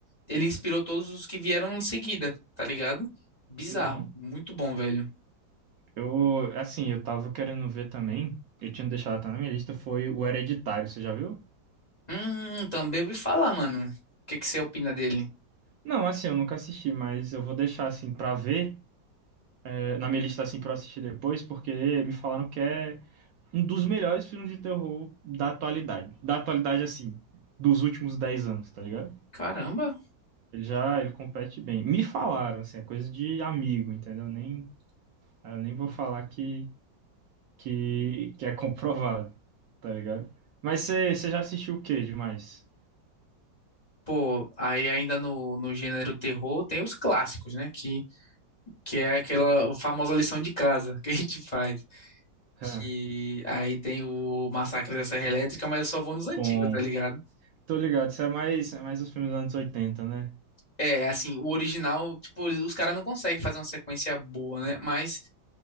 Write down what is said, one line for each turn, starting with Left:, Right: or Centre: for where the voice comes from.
Left: ele inspirou todos os que vieram em seguida, tá ligado? Bizarro,
Right: Uhum.
Left: muito bom, velho.
Right: Eu, assim, eu tava querendo ver também. Eu tinha deixado até na minha lista, foi o Hereditário, você já viu?
Left: Hum, também ouvi falar, mano. O que que você opina dele?
Right: Não, assim, eu nunca assisti, mas eu vou deixar assim pra ver, é, na minha lista assim pra eu assistir depois, porque me falaram que é um dos melhores filmes de terror da atualidade. Da atualidade, assim, dos últimos 10 anos, tá ligado?
Left: Caramba.
Right: Ele já, ele compete bem. Me falaram, assim, é coisa de amigo, entendeu? Nem, eu nem vou falar que, que, que é <laughs> comprovado, tá ligado? Mas você você já assistiu o que demais?
Left: Pô, aí ainda no, no gênero terror tem os clássicos, né? Que, que é aquela famosa lição de casa <laughs> que a gente faz.
Right: <laughs>
Left: Que aí tem o Massacre da Serra Elétrica, mas eu só vou nos
Right: Bom,
Left: antigos, tá ligado?
Right: tô ligado. Isso é mais, é mais os filmes dos anos oitenta né?
Left: É, assim, o original, tipo, os caras não conseguem fazer uma sequência boa, né? Mas.